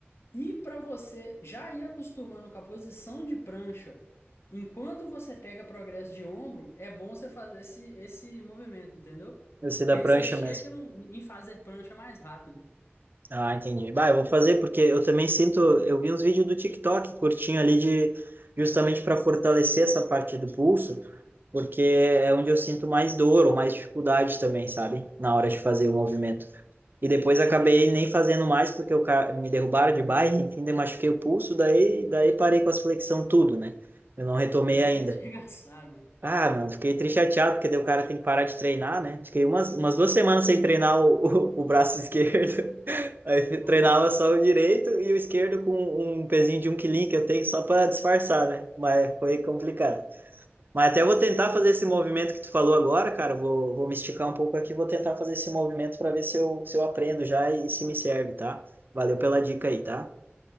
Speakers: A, on the left (about 75°); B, on the right (about 50°).
A: e para você já ir acostumando com a posição de prancha, enquanto você pega progresso de ombro, é bom você fazer esse, esse movimento, entendeu?
B: Esse da
A: Que aí
B: prancha
A: você chega
B: mesmo.
A: no- em fazer prancha mais rápido.
B: Ah, entendi. Bah, eu vou fazer porque eu também sinto. Eu vi uns vídeos do TikTok curtinho ali de justamente para fortalecer essa parte do pulso, porque é onde eu sinto mais dor ou mais dificuldade também, sabe? Na hora de fazer o movimento. E depois
A: Entendi.
B: acabei nem fazendo mais porque eu ca- me derrubaram de bike, enfim, daí machuquei o pulso, daí, daí parei com as flexão tudo, né? Eu não retomei
A: Não,
B: ainda.
A: aí te <laughs> arregaçaram, mano.
B: Ah, mano, fiquei triste chateado, porque daí o cara tem que parar de treinar, né? Fiquei umas, umas duas semanas sem treinar o, o, o braço esquerdo. <laughs> Aí
A: Nossa.
B: treinava só o direito e o esquerdo com um pezinho de um quilinho que eu tenho só para disfarçar, né? Mas foi complicado. Mas até vou tentar
A: E, cara,
B: fazer esse movimento que tu falou agora, cara. Vou, vou me esticar um pouco aqui, vou tentar fazer esse movimento para ver se eu, se eu aprendo já e se me serve, tá? Valeu pela dica aí, tá?